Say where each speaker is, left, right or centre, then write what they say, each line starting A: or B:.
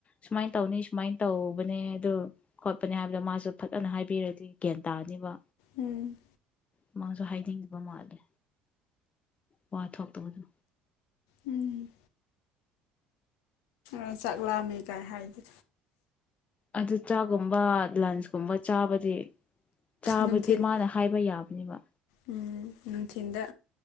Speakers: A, on the left; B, on the left.
A: ꯁꯨꯃꯥꯏꯅ ꯇꯧꯅꯤ ꯁꯨꯃꯥꯏꯅ ꯇꯧꯕꯅꯦ ꯑꯗꯨ ꯈꯣꯠꯄꯅꯦ ꯍꯥꯏꯕꯗ ꯃꯥꯁꯨ ꯐꯖꯅ ꯍꯥꯏꯕꯤꯔꯗꯤ ꯒ꯭ꯌꯥꯟ ꯇꯥꯔꯅꯤꯕ
B: ꯎꯝ
A: ꯃꯥꯁꯨ ꯍꯥꯏꯅꯤꯡꯕ ꯃꯥꯜꯂꯦ ꯋꯥ ꯊꯣꯛꯇꯧꯕꯗꯨ
B: ꯎꯝ ꯑ ꯆꯠꯂꯃꯤ ꯀꯥꯏ ꯍꯥꯏꯗꯤ
A: ꯑꯗꯨ ꯆꯛꯆꯥꯒꯨꯝꯕ ꯂꯟꯁꯀꯨꯝꯕ ꯆꯥꯕꯗꯤ ꯆꯥꯕꯗꯤ
B: ꯅꯨꯡꯊꯤꯟ
A: ꯃꯥꯅ ꯍꯥꯏꯕ ꯌꯥꯕ ꯑꯗꯨꯕ
B: ꯎꯝ ꯅꯨꯡꯊꯤꯟꯗ